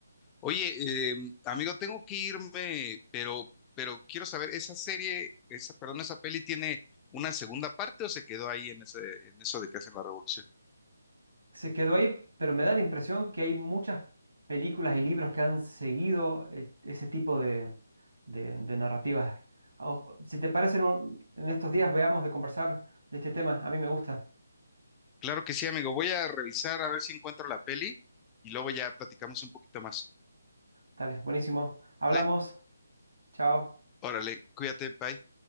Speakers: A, on the left (about 15°); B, on the right (about 75°).
A: oye, eh, amigo, tengo que irme, pero, pero quiero saber, ¿esa serie, esa, perdón, esa peli tiene una segunda parte o se quedó ahí en ese, en eso de que hacen la revolución?
B: se quedó ahí, pero me da la impresión que hay muchas películas y libros que han seguido el- ese tipo de, de- de narrativas. O- si te parece, en, un- en estos días veamos de conversar de este tema. A mí me gusta.
A: Claro que sí, amigo. Voy a revisar a ver si encuentro la peli y luego ya platicamos un poquito más,
B: Dale, buenísimo. Hablamos.
A: ¿vale?
B: Chao.
A: Órale, cuídate, bye.